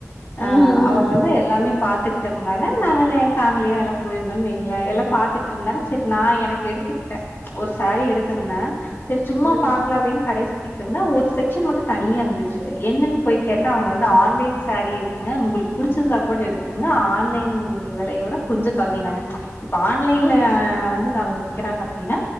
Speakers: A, on the left; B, in the centre.
A: அ
B: ம் ம்.
A: அவங்க வந்து எல்லாமே பாத்துட்க் இருந்தாங்க நாங்கென்ன ஃபேமிலியா எல்லா போயிருந்தோன் வைங்களே எல்லா பாத்துட்ருந்தாங்க செ நா எனக் எடுத்துக்கிட்டே ஒரு சேரி எடுத்திர்ந்தே செர் சும்மா
B: ம்.
A: பாக்லா அப்டின் கடை ட்டிக் இருந்த ஒரு செக்ஷன் மட்டு தனியா இருந்துச்சு என்னன் போய் கேட்டா அவுங்க வந்து ஆன்லைன் சேரி இருக்கு உங்குளுக் புடிச்சிருந்தா கூட எடுத்துக்ங்க ஆன்லைன் வெலயோட கொஞ்ச கம்மினாங்க ச்ச் இப்ப ஆன்லைன்ல
B: ம்.
A: வந்து அவங்க விக்கிறாங்க அப்டீனா